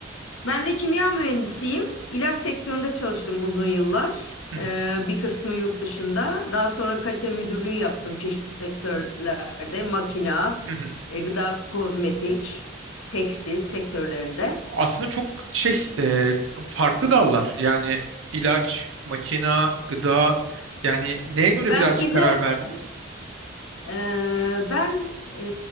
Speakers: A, on the left; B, on the right.
A: Ben de kimya mühendisiyim. İlaç sektöründe çalıştım uzun yıllar.
B: Hı
A: Ee,
B: hı.
A: bir kısmı yurt dışında. Daha sonra kalite müdürlüğü yaptım çeşitli sektörlerde. Makina,
B: <laughs>
A: e, gıda, kozmetik, tekstil sektörlerinde.
B: Aslında çok şey e, farklı dallar yani ilaç, makina, gıda yani neye göre
A: Ben
B: birazcık
A: İZO
B: karar verdiniz?
A: Ee, ben e,